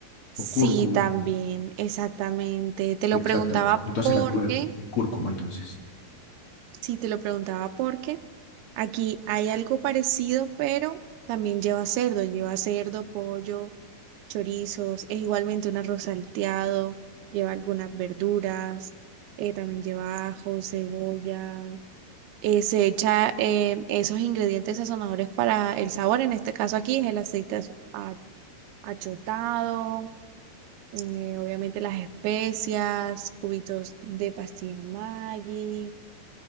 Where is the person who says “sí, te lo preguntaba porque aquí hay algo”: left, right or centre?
Right